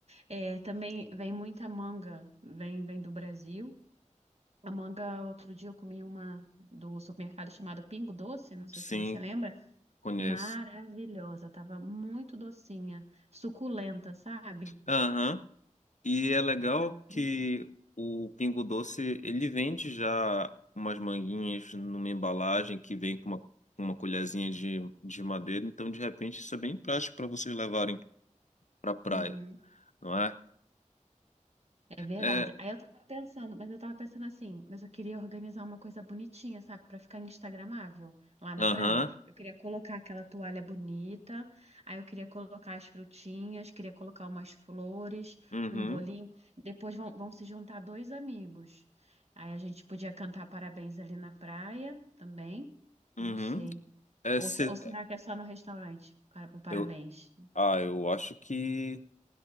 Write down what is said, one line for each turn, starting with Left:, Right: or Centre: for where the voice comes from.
Right: É, também vem muita manga, vem, vem do Brasil. A manga, outro dia eu comi uma do supermercado chamado Pingo Doce, não sei
Left: sim,
Right: se você lembra.
Left: conheço.
Right: Maravilhosa, tava muito docinha, suculenta, sabe?
Left: Aham. E é legal
Right: Tava perfeito.
Left: que o Pingo Doce, ele vende já umas manguinhas numa embalagem que vem com uma, com uma colherzinha de, de madeira, então de repente isso é bem prático para vocês levarem para praia,
Right: Uhum.
Left: não é?
Right: É verdade.
Left: É,
Right: Aí eu tava pensando, mas eu tava pensando assim, mas eu queria organizar uma coisa bonitinha, sabe, Pra ficar instagramável lá na
Left: aham,
Right: praia. Eu queria colocar aquela toalha bonita, aí eu queria colocar as frutinhas, queria colocar umas flores,
Left: uhum,
Right: um bolinho. Depois vão, vão se juntar dois amigos. Aí a gente podia cantar parabéns ali na praia também.
Left: uhum.
Right: Não sei.
Left: É,
Right: Ou,
Left: cê-
Right: só- ou será que é só no restaurante? Para, o parabéns.
Left: eu, ah, eu acho que